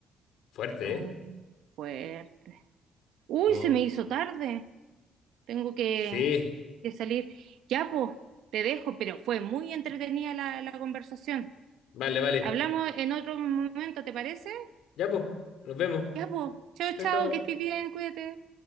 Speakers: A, on the left; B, on the right.
A: Fuerte,
B: Oh,
A: ¿eh?
B: fuerte. Uy,
A: Oh,
B: se me hizo tarde. Tengo que,
A: sí,
B: que salir. Ya, pues, te dejo, pero fue muy entretenida la, la conversación.
A: vale, vale.
B: Hablamos en otro momento, ¿te parece?
A: Ya, pues, nos vemos.
B: Ya, pues. Chao,
A: Chao,
B: chao,
A: chao.
B: que estés bien, cuídate.